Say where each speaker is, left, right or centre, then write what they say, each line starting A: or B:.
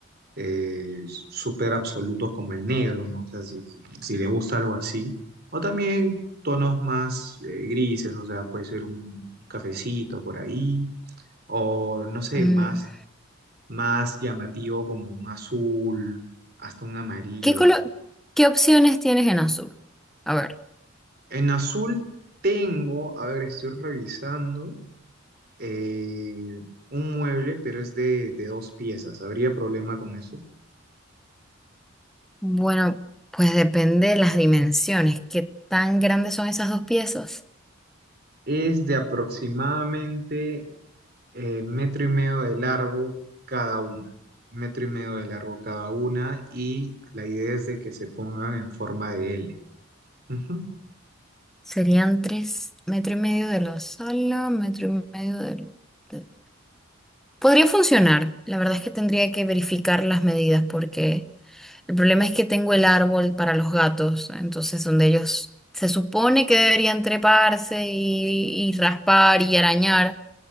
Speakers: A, on the right; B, in the centre.
A: eh, súper absolutos como el negro, ¿no? O sea, si, si le gusta algo así. O también tonos más eh, grises, o sea, puede ser un, un cafecito por ahí. O no sé,
B: Mm,
A: más, más llamativo como un azul, hasta un amarillo.
B: ¿Qué color qué opciones tienes en azul? A ver.
A: En azul tengo, a ver, estoy revisando. eh, un mueble, pero es de, de dos piezas. ¿Habría problema con eso?
B: Bueno, pues depende de las dimensiones. ¿Qué tan grandes son esas dos piezas?
A: Es de aproximadamente eh, metro y medio de largo cada una. Metro y medio de largo cada una y la idea es de que se pongan en forma de L. Ujú.
B: Serían tres metro y medio de lo solo, metro y medio de lo... de- Podría funcionar. La verdad es que tendría que verificar las medidas porque el problema es que tengo el árbol para los gatos, entonces donde ellos se supone que deberían treparse y, y raspar y arañar,